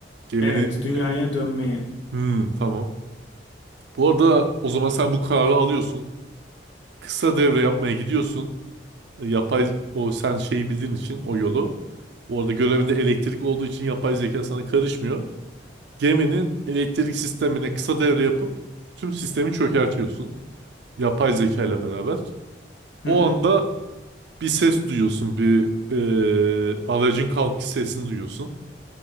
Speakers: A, on the right; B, on the left.
A: geminin...
B: evet, dünyaya
A: e,
B: dönmeye.
A: hmm, tamam. Bu arada o zaman sen bu kararı alıyorsun. Kısa devre yapmaya gidiyorsun. E, Yapay o sen şeyi bildiğin için o yolu. Bu arada görevinde elektrik olduğu için yapay zeka sana karışmıyor. Geminin elektrik sistemine kısa devre yapıp tüm sistemi çökertiyorsun. Yapay zeka ile beraber.
B: Hı
A: O
B: hı.
A: anda bir ses duyuyorsun. Bir e, aracın kalkış sesini duyuyorsun.